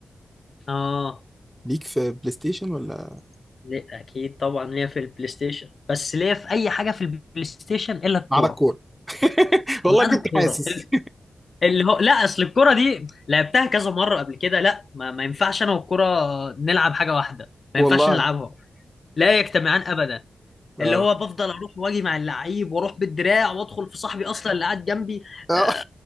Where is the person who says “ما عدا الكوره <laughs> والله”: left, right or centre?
Centre